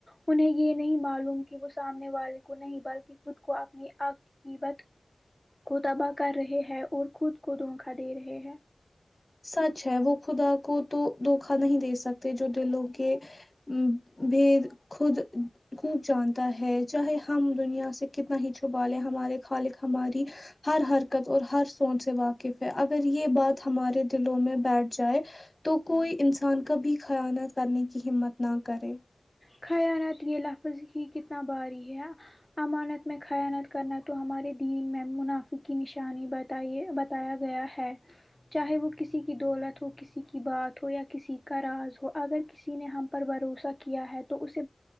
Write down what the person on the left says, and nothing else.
سچ ہے وہ خدا کو تو دھوکا نہیں دے سکتے جو دلوں کے ا بھی خود خوب جانتا ہے چاہے ہم دنیا سے کتنا ہی چھپا لے ہمارے خالق ہماری ہر حرکت اور ہر سونچ سے واقف ہے اگر یہ بات ہمارے دلوں میں بیٹھ جائے تو کوئی انسان کا بھی خیاانات کرنے کی ہمت نہ کرے